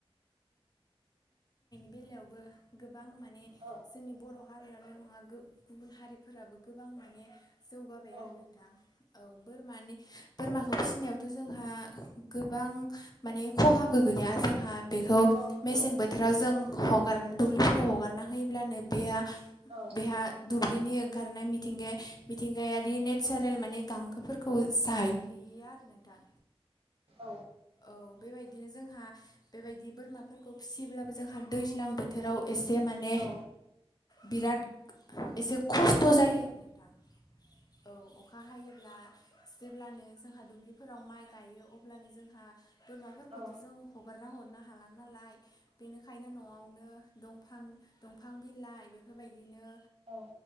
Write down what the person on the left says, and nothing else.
बेलायावबो गोबां माने
जोंनि बर' हारियाल' नङा गुबुन हारिफोराबो गोबां माने जौगाबाय
आरो नोंथां। औ बोरमानि बोरमाखौ फिसिनायावथ' जोंहा गोबां माने खहाबो गैया जोंहा बेखौ
मेसें बोथोराव जों हगार दुब्लिफोराव हगार ना होयोब्ला नो बेहा-
बेहा दुब्लिनि ओंखारनाय मिथिंगाया मिथिंगायारि नेचारेल माने गांखोफोरखौ जाहैहयो आरो। नोंथां।
औ बेबायदिनो जोंहा बेबायदि बोरमाफोरखौ फिसियोब्लाबो जोंहा दैज्लां बोथोराव एसे माने
बिराद एसे खस्थ'
जायो आरो नोंथां। औ अखा हायोब्ला जेब्लानो जोंहा दुब्लि फोराव माइ गायो अब्लानो जोंहा बोरमाफोरखौथ'
जों हगारना हरनो हाला नालाय बेनिखायनो न'आवनो दफां -दंफां बिलाइ बेफोरबायदिनो